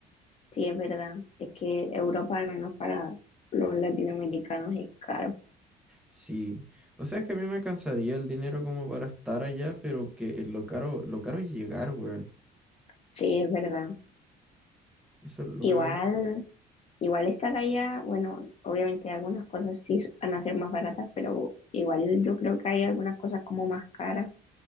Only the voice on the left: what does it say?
Sí, es verdad. Es que Europa, al menos para los latinoamericanos, es caro.
Sí, es verdad.
Igual,
igual estar allá, bueno, obviamente algunas cosas sí van a ser más baratas, pero igual yo creo que hay algunas cosas como más caras.